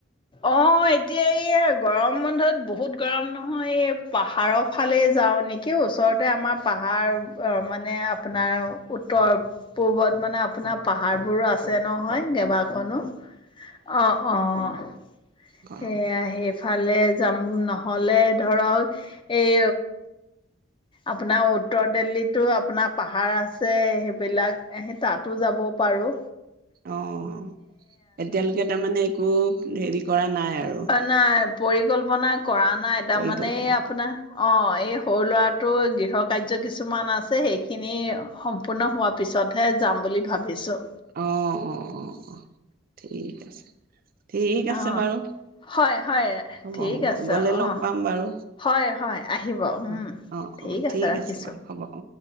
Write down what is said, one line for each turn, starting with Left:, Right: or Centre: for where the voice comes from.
Left: অ' এতিয়া এই গৰম বন্ধত বহুত গৰম নহয়, এই পাহাৰৰ ফালে যাওঁ নেকি ওচৰতে আমাৰ পাহাৰ মানে আপোনাৰ উত্তৰ পূ্বত মানে আপোনাৰ পাহাৰবোৰো আছে নহয়। কেবাখনো অ' অ'
Right: গৰম
Left: সেইয়া আহে ইফালে যাম নহ'লে ধৰক এই আপোনাৰ উত্তৰ দিল্লীতো আপোনাৰ পাহাৰ আছে, সেইবিলাক সেই তাতো যাব পাৰো।
Right: অ', এতিয়ালৈকে তাৰমানে একো? দেৰি কৰা নাই। আৰু
Left: অ' নাই পৰিকল্পনা কৰা নাই, তাৰমানে
Right: পৰিকল্পনা
Left: আপোনাৰ অ' এই সৰু ল'ৰাটোৰ গৃহ কাৰ্য কিছুমান আছে, সেইখিনি সম্পূৰ্ণ হোৱাৰ পিছতহে যাম বুলি ভাবিছোঁ।
Right: অ' অ' অ' অ' ঠিক আছে, ঠিক আছে
Left: অ
Right: বাৰু
Left: হয় হয়
Right: হ'ব,
Left: ঠিক
Right: হ'ব
Left: আছে,
Right: গ'লে
Left: অ
Right: লগ পাম বাৰু
Left: হয় হয় আহিব উম
Right: অ', অ',
Left: ঠিক
Right: অ',
Left: আছে ৰাখিছো।
Right: বাৰু হ'ব অ'।